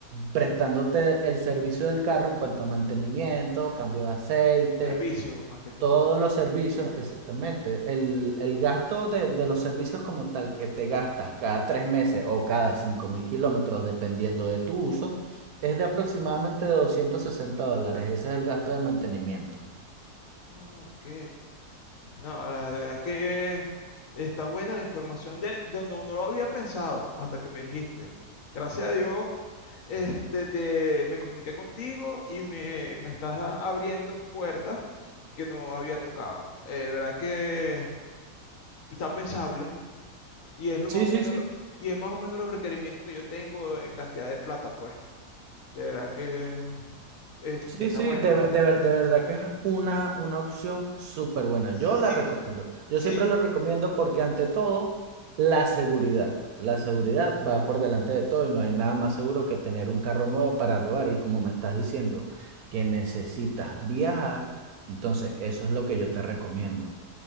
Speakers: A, on the right; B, on the left.
A: prestándote el servicio del carro en cuanto a mantenimiento, cambio de aceite
B: servicio más que todo.
A: Todos los servicios, exactamente. El, el gasto de, de los servicios como tal que te gastas cada tres meses o cada cinco mil kilómetros, dependiendo de tu uso, es de aproximadamente 260 dólares. Ese es el gasto de mantenimiento.
B: Oh, Ok. No, la verdad que está buena la información de De- no, no lo había pensado hasta que me dijiste. Gracias a Dios, este, te, me comuniqué contigo y me, me estás a- abriendo puertas que no había tocado. Eh, verdad que está pensable y es lo
A: Sí,
B: más o
A: sí,
B: menos
A: sí.
B: lo- y es más o menos los requerimientos que yo tengo en cantidad de plata, pues. De verdad que es-
A: Sí,
B: está
A: sí,
B: bueno.
A: de, ver- de, ver- de verdad que es una, una opción súper buena.
B: Sí,
A: Yo la recomiendo. Yo
B: sí,
A: siempre la recomiendo porque ante todo, la seguridad. La seguridad va por delante de todo y no hay nada más seguro que tener un carro nuevo para rodar. Y como me estás diciendo que necesitas viajar, entonces eso es lo que yo te recomiendo.